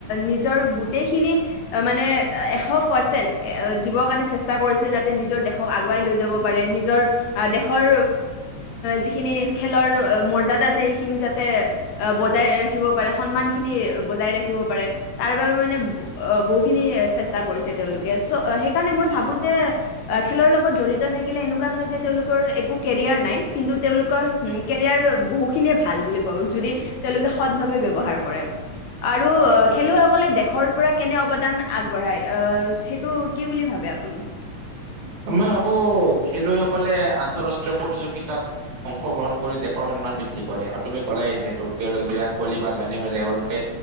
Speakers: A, on the left; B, on the right.
A: নিজৰ গোটেইখিনি মানে এশ পাৰ্চেন্ট, এ দিবৰ কাৰণে চেষ্টা কৰিছে যাতে নিজৰ দে দেশৰক আগুৱাই লৈ যাব পাৰে, নিজৰ অ', দেশৰ যিখিনি খেলৰ মৰ্যাত আছে, সেইখিনি যাতে বজাই ৰাখিব পাৰে, সন্মান খিনি বজাই ৰাখি ৰাখিব পাৰে, তাৰ বাবে মানে অ', বহুখিনি চেষ্টা কৰিছে তেওঁলোকে, চ' সেইকাৰণে মই ভাবোঁ যে খেলৰ লগত জড়িত থাকিলে এনেকুৱা নহয় যে, তেওঁলোকৰ একো কেৰিয়াৰ নাই, কিন্তু তেওঁলোকৰ কেৰিয়াৰ বহুখিনিয়ে ভাল বুলি কওঁ, যদি তেওঁলোকে সদভাৱে ব্যৱহাৰ কৰে। আৰু খেলুৱৈসকলে দেশৰ পৰা কেনে অৱদান আগবঢ়ায়, সেইটো কি বুলি ভাবে আপুনি?
B: মই ভাবোঁ, খেলুৱৈসকলে আন্তৰাষ্ট্ৰীয় প্ৰতিযোগিতাত অংশগ্ৰহণ কৰি দেশৰ সন্মান বৃদ্ধি কৰে। আৰু তুমি ক'লাই যিহেতু তেওঁলোক বিৰাট কোহলি বা চানিয়া মিৰ্জা এওঁলোকে